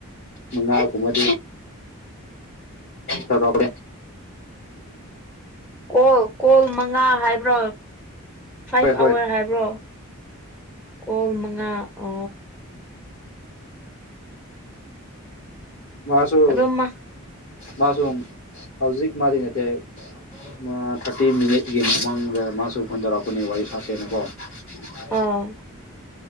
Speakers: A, on the left; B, in the centre.
A: ꯃꯉꯥꯒꯨꯝꯕꯗꯤ ꯊꯔꯈ
B: ꯀꯣꯜ ꯀꯣꯜ ꯃꯉꯥ ꯍꯥꯏꯕ꯭ꯔꯣ ꯐꯥꯏꯚ
A: ꯍꯣꯏ ꯍꯣꯏ
B: ꯑꯋꯥꯔ ꯍꯥꯏꯕ꯭ꯔꯣ ꯀꯣꯜ ꯃꯉꯥ ꯑ
A: ꯃꯥꯁꯨ
B: ꯑꯗꯨꯃ
A: ꯃꯥꯁꯨ ꯍꯧꯖꯤꯛ ꯃꯥꯗꯤ ꯅꯠꯇꯦ ꯊꯥꯔꯇꯤ ꯃꯤꯅꯤꯠꯀꯤ ꯃꯃꯥꯡꯗ ꯃꯥꯁꯨ ꯐꯣꯏꯗꯔꯛꯄꯅꯤ ꯋꯥꯔꯤ ꯁꯥꯁꯦꯅꯀꯣ ꯍ
B: ꯑꯥ